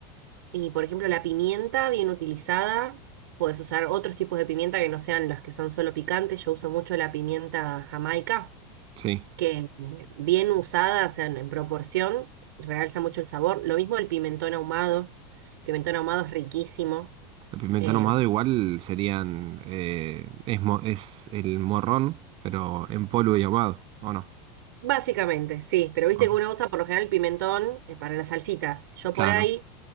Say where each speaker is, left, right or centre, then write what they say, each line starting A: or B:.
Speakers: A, on the right (about 70°); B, on the right (about 50°).
A: Y por ejemplo, la pimienta bien utilizada, puedes usar otros tipos de pimienta que no sean las que son solo picantes. Yo uso mucho la pimienta jamaica,
B: Sí.
A: que eh, bien usada, o sea, en en proporción, realza mucho el sabor. Lo mismo el pimentón ahumado. El pimentón ahumado es riquísimo.
B: El pimentón
A: Eh,
B: ahumado igual serían, eh, es, mo- es el morrón, pero en polvo y ahumado, ¿o no?
A: básicamente, sí, pero viste
B: Ok.
A: que uno usa por lo general el pimentón eh, para las salsitas. Yo
B: Claro,
A: por ahí,